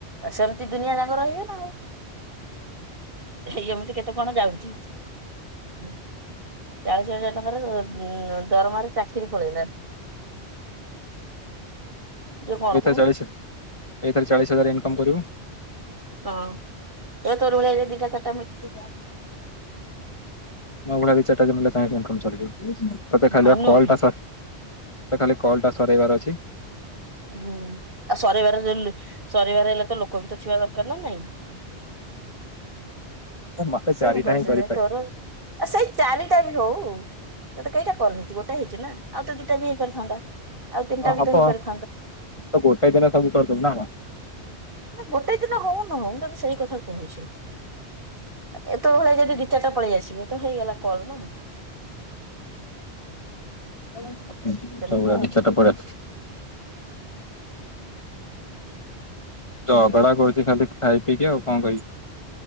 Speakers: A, on the right; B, on the left.
A: ସେମତି ଦୁନିଆ ଯାଁ କ ରହିବେ ନା ଆଉ। ହେଇ ଏମିତି କେତେ କଣ ଯାଉଛି? ହୁଁ, ଚାଳିଶ ହଜାର ଟଙ୍କାର-ଅ ଉଁ ଦରମାର ଚାକିରି ପଳେଇଲା। ଇଏ କଣ
B: ଏଇଥରେ
A: କହୁନୁ
B: ଚାଳିଶି, ଏଇଥେରେ ଚାଳିଶି ହଜାର ଇନକମ୍ କରିବୁଁ।
A: ହଁ, ଏ ତୋରି ଭଳିଆ ଦିଇଟା ଚାର୍
B: ମୋ ଭଳିଆ ଦି ଚାରିଟା <unintelligible> ଇନକମ୍। <unintelligible> ତତେ ଖାଲି
A: ହଁ
B: ବା
A: ନୁହଁ
B: କଲ୍
A: କି
B: ଟା ସର୍, ତତେ ଖାଲି କଲ୍ ଟା ସରେଇବାର ଅଛି।
A: ହୁଁ, ଆଉ ସରେଇବାର ଯଲି, ସରେଇବାର ହେଲେ ତ ଲୋକ ବି ତ ଥିବା ଦରକାର ନା ନାଇଁ?
B: ମା ହେ
A: ସେମ୍
B: ଚାରିଟା
A: କରିସେ
B: ହିଁ କରିପାରି
A: ତୋର ସେଇ ଚାରିଟା ବି ହଉ, ତତେ କେଇଟା କଲ୍ ହେଇଚି! ଗୋଟେ ହେଇଛି ନା? ଆଉ ତ ଦିଟା ବି ହେଇପାରଥାନ୍ତା, ଆଉ ତିନିଟା
B: ହଁ
A: ବି
B: ହବ
A: ତ ହେଇପାରିଥା
B: ତ ଗୋଟାଏ ଦିନରେ ସବୁ କରିଦବୁ ନା କଣ?
A: ନା, ଗୋଟେ ଦିନ ହଉ ନହଉ ମୁଁ ତତେ ସେଇ କଥା କହୁଛି। ଏ ତୋ ଭଳିଆ ଯଦି ଦି ଚାର୍ ଟା ପଳେଇ ଆସିବେ? ତ ହେଇଗଲା କଲ୍ ନା।
B: <unintelligible>
A: ସେମିତି ଆଉ
B: ଦି ଚାର୍ ଟା ପଳେ
A: ହୁଁ।
B: ଝଗଡା କରୁଛି ଖାଲି ଖାଇ ପିଇକି ଆଉ କଣ କହିବି?